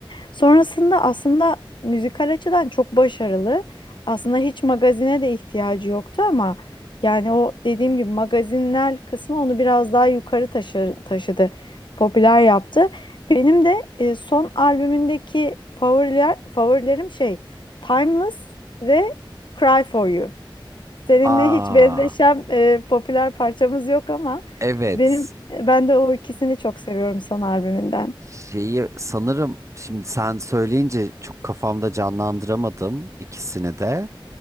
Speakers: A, on the left; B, on the right.
A: Sonrasında aslında müzikal açıdan çok başarılı. Aslında hiç magazine de ihtiyacı yoktu ama yani o dediğim gibi magazinel kısmı onu biraz daha yukarı taşı- taşıdı. Popüler yaptı. Benim de e, son albümündeki favoriler, favorilerim şey Timeless ve Cry for You. Seninle
B: Aa,
A: hiç benzeşen e, popüler parçamız yok ama
B: evet.
A: benim ben de o ikisini çok seviyorum son albümünden.
B: Şeyi sanırım şimdi sen söyleyince çok kafamda canlandıramadım ikisini de.